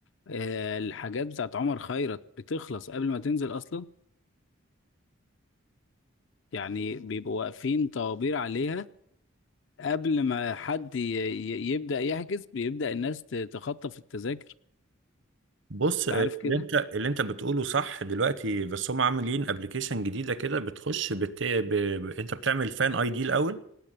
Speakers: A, on the left; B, on the right.
A: آه، الحاجات بتاعت عمر خيرت بتخلص قبل ما تنزل اصلا يعني بيبقوا واقفين طوابير عليها قبل ما حد ي- ي- يبدا يحجز بيبدا الناس ت- تخطف التذاكر
B: بص
A: انت
B: آه،
A: عارف كده
B: اللي انت اللي انت بتقوله صح دلوقتي بس هم عاملين ابلكيشن جديدة كده بتخش بت... ب... ب- انت بتعمل فان اي دي الاول